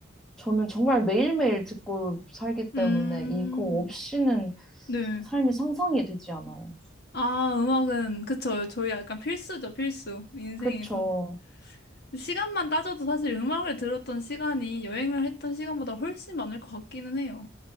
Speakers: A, in the centre; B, on the left (about 55°).
A: 저는 정말 매일매일 듣고 살기 때문에
B: 음,
A: 이거 없이는
B: 네.
A: 삶이 상상이 되지 않아요.
B: 아, 음악은, 그쵸. 저희 약간 필수죠, 필수. 인생에서.
A: 그쵸.
B: 시간만 따져도 사실 음악을 들었던 시간이 여행을 했던 시간보다 훨씬 많을 것 같기는 해요.